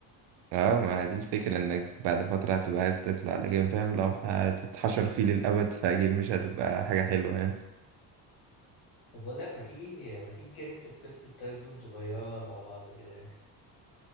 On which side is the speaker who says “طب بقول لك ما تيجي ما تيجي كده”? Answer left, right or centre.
Left